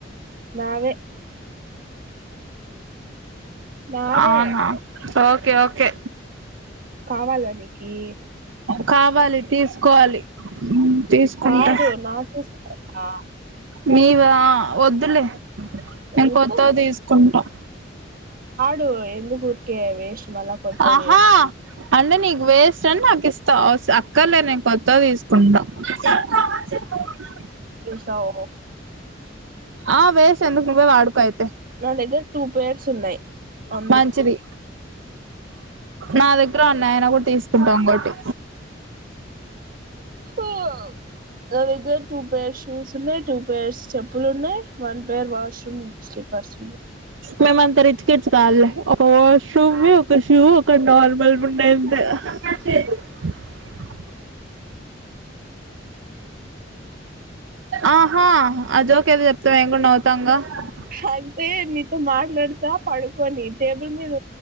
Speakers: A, on the right (about 50°); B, on the right (about 80°).
A: నావే నావే
B: అవునా ఓకే ఓకే
A: కావాలా నీకి
B: కావాలి తీసుకోవాలి ఊమ్ తీసుకుంటా
A: కాదు నా షూస్ కావాలా
B: నీవా వద్దులే నేన్
A: ఎందుకు
B: కొత్తవి తీసుకుంటా
A: దు ఎందు ఊర్కే వేస్ట్ మళ్ల కొత్తవి
B: ఆహా అంటే నీకు వేస్ట్ అని నాకు ఇస్తా అక్కర్లే నేను కొత్త తీసుకుంటా <unintelligible>
A: తవ్
B: ఆ వేస్ట్ ఎందుకు నువ్వే వాడుకో ఐ
A: నా దగ్గర టూ పేయిర్స్ ఉన్నాయి అందుకు
B: మంచిది నా దగ్గర ఉన్నాయ్ అయినా గూడ్ తీసుకుంటా ఇంగోటి
A: అ నాదగ్గర టూ పెష్ షూస్ ఉన్నాయి టూ పేర్స్ చెప్పులు ఉన్నాయి వన్ పేర్ వాష్రూమ్ స్లిపర్స్ ఉన్నాయి
B: మేమంత రిచ్ కిడ్స్ కాదులే ఒక వాష్రూమ్ ఒక షూ ఒక నార్మల్ ఉన్నయ్ అంతే <unintelligible> ఆహా ఆహా ఆ జోక్ ఏదో చెప్తే మేం కూడా నవ్వుతాం గా ఆ
A: అంటే నీతో మాట్లాడతా పడుకోని టేబుల్ మీద